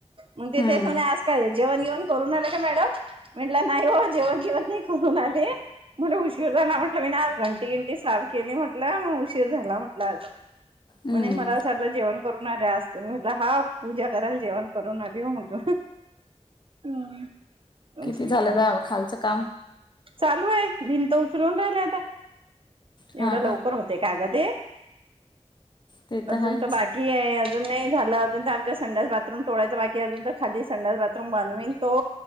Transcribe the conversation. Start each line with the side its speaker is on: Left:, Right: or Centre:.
Right: मग ते
Left: हम्म
Right: ते स आज काय जेवण जेवण करून आल का मॅडम म्हटलं नाही हो जेवण घेवण नाही व करून आले. म्हणे उशीर झाला म्हटलं मी ना आज घंटी घंटी सार. केली म्हटलं मग उशीर झाला म्हटला आज
Left: हम्म
Right: म्हणे मलाच वाटलं जेवण करून आल्या असज तुमही. ल हव पूजा कराल जेवण करून आली व म्हटल. हम्
Left: किती झालं
Right: काय.
Left: दा खालचं काम
Right: चालू आहे भिनंत उचलून राहिल आता.
Left: हा
Right: एवढं लवकर
Left: का
Right: होते का ग ते? आहे
Left: ते
Right: अजून
Left: आहेच
Right: तर बाकी आहे अजून नाही झालं अजून तर आमच्या संड्याास बाथरूम तोडायच बाकी अजून तर खाली संडास ब बाथरूम बनवेन तो